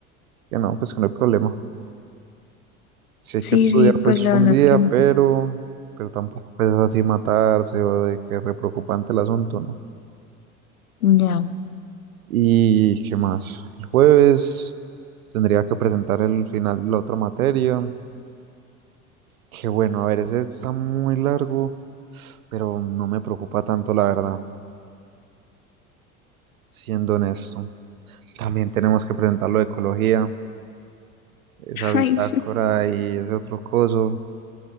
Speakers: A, on the right; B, on the left.
A: que no, pues que no hay problema. Sí
B: Sí,
A: hay que estudiar
B: sí, pues
A: pues
B: la
A: un
B: verdad
A: día,
B: es que no.
A: pero, pero tampoco pues así matarse o de que re preocupante el asunto, ¿no?
B: Ya.
A: ¿Y qué más? El jueves tendría que presentar el final de la otra materia, que bueno, a ver, ese está muy largo, pero no me preocupa tanto la verdad, siendo honesto. También tenemos que presentar lo de ecología, esa
B: <laughs>
A: bitácora
B: Ay,
A: y ese otro coso,